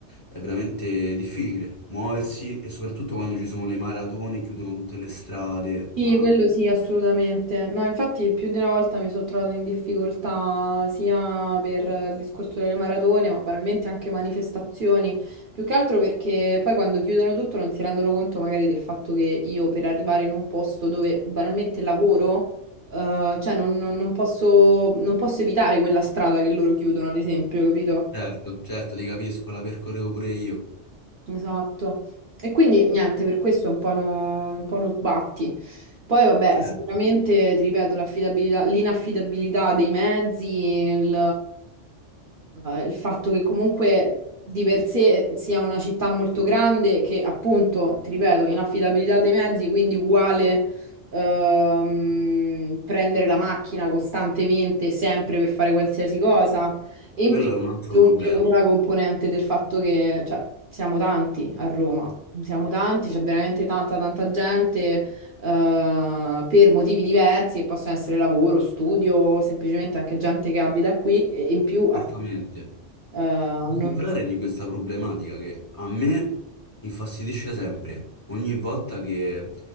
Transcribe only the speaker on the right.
Sì,
quello sì, assolutamente. No, infatti più di una volta mi sono trovata in difficoltà sia per il discorso delle maratone, ma banalmente anche manifestazioni, più che altro perché poi quando chiudono tutto non si rendono conto magari del fatto che io per arrivare in un posto dove banalmente lavoro, eh, cioè non non- non posso non posso evitare quella strada che loro chiudono, ad esempio, capito?
Esatto. E quindi niente, per questo è un po' no- un po' uno sbatti. Poi vabbè,
sicuramente, ti ripeto, l'affidabilità, l'inaffidabilità dei mezzi, il, eh, il fatto che comunque di per sé sia una città molto grande, che appunto, ti ripeto, inaffidabilità dei mezzi, quindi uguale ehm, prendere la macchina costantemente, sempre per fare qualsiasi cosa. E in
più
aggiunge
pure la componente del fatto che, cioè, siamo tanti a Roma, siamo tanti, c'è veramente tanta tanta gente eh, per motivi diversi che possono essere lavoro, studio, semplicemente anche gente che abita qui e e in più
appunto eh,
non-